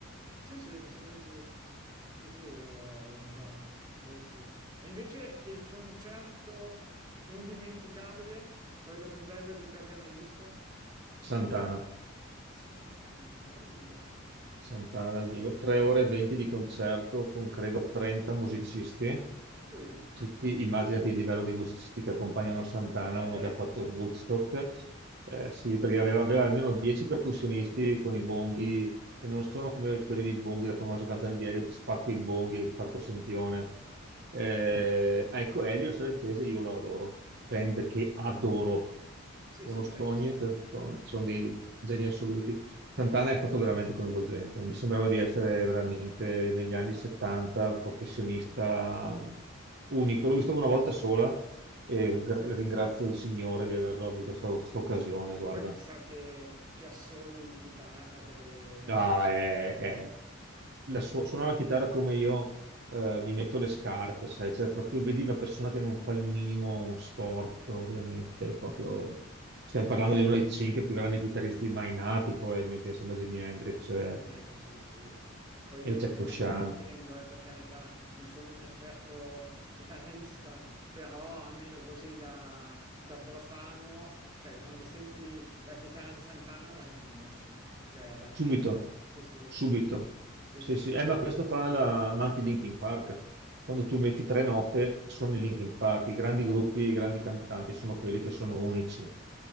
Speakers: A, on the right (about 20°); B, on the right (about 55°).
A: Sì, sì, mi sembra di sì. Sì, sì, lo, lo ricordo, quello sì. E invece il concerto indimenticabile, quello più bello che tu abbia mai visto?
B: Santana.
A: Santana, bello Santana.
B: Santana dal vivo, 3 ore e 20 di concerto con credo 30 musicisti.
A: Uh,
B: Tutti, immaginati il livello di musicisti che accompagnano Santana,
A: eh
B: uno
A: beh,
B: che ha fatto Woodstock. Eh, sì, perché aveva, aveva almeno 10 percussionisti con i bonghi e non sono come quelli di Bonghi, la famosa canzone di Elio, Ti spacco i bonghi, Parco Sempione. Eh, ecco, Elio e Storie Tese io lo adoro, band che adoro,
A: sì,
B: conosco
A: sì, beh, ci
B: ogni
A: sta.
B: canzone, sono dei geni assoluti. Santana è stato veramente coinvolgente, mi sembrava di essere veramente negli anni 70 un professionista unico, l'ho visto una volta sola e gra- ringrazio il Signore di averlo avuto questa occasione,
A: E
B: guarda.
A: poi chissà che, che assoli di chitarra che...
B: Ah, è-
A: eh,
B: è- la su- suona la chitarra come io eh, mi metto le scarpe, sai, cioè proprio vedi una persona che non fa il minimo sport, ovviamente, proprio... Stiamo parlando di uno dei cinque più grandi chitarristi mai nati, probabilmente, insieme a Jimi Hendrix e,
A: Eh, più sì, sì. Poi io
B: e Jack
A: non,
B: Frusciante.
A: non me ne intendo, eh, per carità, non sono un esperto chitarrista, però almeno così da, da profano, cioè quando senti la chitarra di Santana la riconosci, cioè veramente,
B: Subito,
A: sì, sì,
B: subito.
A: sì,
B: Sì,
A: sì,
B: sì.
A: sì,
B: Eh, ma questo fa la... ma anche i Linkin Park. Quando tu metti tre note, sono i Linkin Park. I grandi gruppi, i grandi cantanti sono quelli che sono unici.